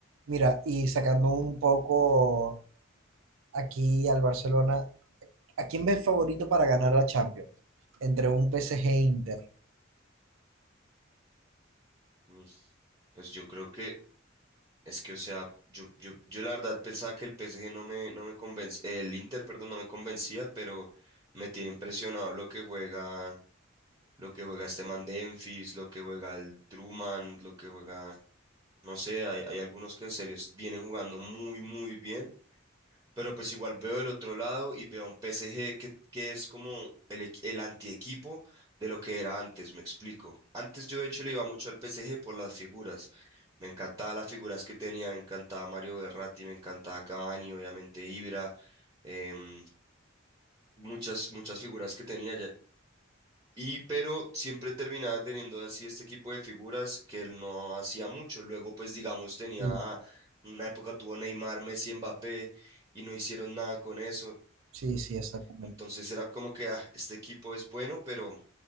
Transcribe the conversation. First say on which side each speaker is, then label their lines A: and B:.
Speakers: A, on the right; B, on the right.
A: Mira, y sacando un poco aquí al Barcelona, ¿a quién ves favorito para ganar la Champions? Entre un PSG e Inter.
B: Mm, Pues yo creo que es que, o sea, yo, yo, yo la verdad pensaba que el PSG no me, no me convencía, el Inter, perdón, no me convencía, pero me tiene impresionado lo que juega, lo que juega este man Dumfries, lo que juega el Truman, lo que juega No sé, hay, hay algunos que en serio vienen jugando muy, muy bien, pero pues igual veo el otro lado y veo a un PSG que, que es como el, equi- el antiequipo de lo que era antes, me explico. Antes yo de hecho le iba mucho al PSG por las figuras. Me encantaban las figuras que tenía, me encantaba Mario Berratti, me encantaba Cavani, obviamente Ibra, em, muchas, muchas figuras que tenía. Y pero siempre terminaba teniendo así este equipo de figuras que él no hacía mucho. Luego, pues digamos, tenía
A: Sí,
B: una época tuvo Neymar, Messi, Mbappé y no hicieron nada con eso.
A: sí, sí, exactamente.
B: Entonces era como que "Ah, este equipo es bueno, pero,